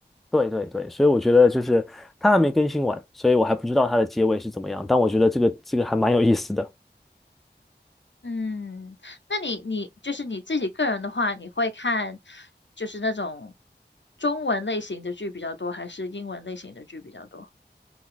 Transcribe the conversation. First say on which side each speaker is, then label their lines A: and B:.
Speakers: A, in the centre; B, on the left (about 80°).
A: 对对对，所以我觉得就是他还没更新完，所以我还不知道他的结尾是怎么样，但我觉得这个这个还蛮有意思的。
B: 嗯，那你你就是你自己个人的话，你会看就是那种中文类型的剧比较多，还是英文类型的剧比较多？